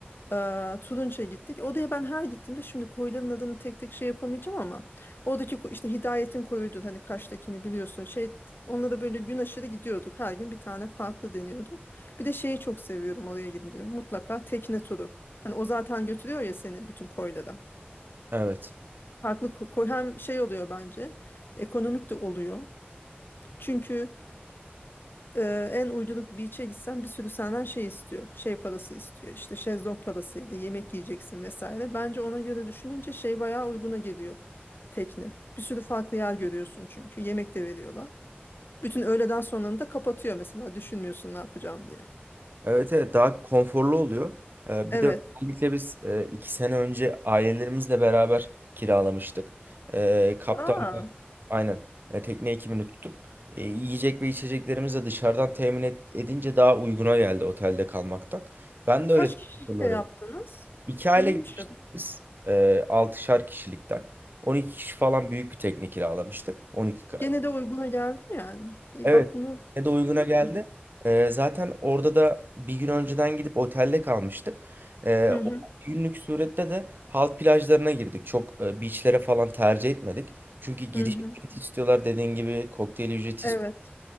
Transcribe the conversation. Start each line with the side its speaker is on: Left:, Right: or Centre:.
Left: Eee, Turunç'a gittik. Odaya ben her gittiğimde şimdi koyların adını tek tek şey yapamayacağım ama oradaki ko- işte Hidayet'in koyuydu hani Kaş'takini biliyorsun. Şey onunla da böyle gün aşırı gidiyorduk. Her gün bir tane farklı deniyorduk. Bir de şeyi çok seviyorum oraya gidince mutlaka tekne turu. Hani o zaten götürüyor ya seni bütün koylara.
Right: Evet.
Left: Farklı ko- koy hem şey oluyor bence ekonomik de oluyor. Çünkü Ee, en uyduruk beach'e gitsen bir sürü senden şey istiyor. Şey parası istiyor. İşte şezlong parasıydı. Yemek yiyeceksin vesaire. Bence ona göre düşününce şey bayağı uyguna geliyor tekne. Bir sürü farklı yer görüyorsun çünkü. Yemek de veriyorlar. Bütün öğleden sonranı da kapatıyor mesela. Düşünmüyorsun ne yapacağım diye.
Right: Evet evet daha konforlu oluyor. Ee,
Left: Evet.
Right: bir de özellikle biz e, iki sene önce ailelerimizle beraber kiralamıştık. Ee, Kaptan
Left: Aa,
Right: Aynen. E, tekne ekibini tutup e, yiyecek ve içeceklerimizi de dışarıdan temin et- edince daha uyguna geldi otelde kalmaktan. Ben de
Left: kaç
Right: öyle
Left: kişi
Right: hatırlarım.
Left: şey yaptınız?
Right: İki aile
Left: İyiymiş
Right: gitmiştik
Left: o.
Right: biz. E, altışar kişilikten. 12 kişi falan büyük bir tekne kiralamıştık. 12
Left: Gene de uyguna geldim yani. İyi
Right: Evet.
Left: bak bunu.
Right: Ne de uyguna
Left: Hmm.
Right: geldi. Ee, zaten orada da bir gün önceden gidip otelde kalmıştık. Ee,
Left: Hı hı.
Right: o bir günlük surette de halk plajlarına girdik. Çok e, beachlere falan tercih etmedik. Çünkü giriş
Left: Hı hı.
Right: ücreti istiyorlar dediğin gibi kokteyl ücreti
Left: Evet.
Right: ist-